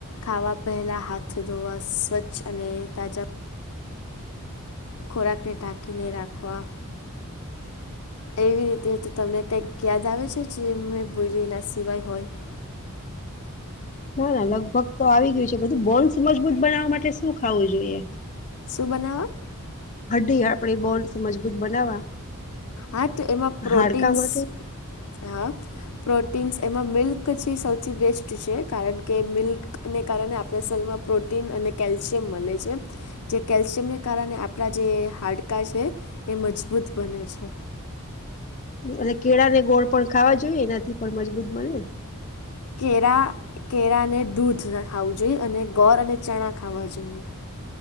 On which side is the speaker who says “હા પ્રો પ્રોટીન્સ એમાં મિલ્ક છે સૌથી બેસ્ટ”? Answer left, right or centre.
Left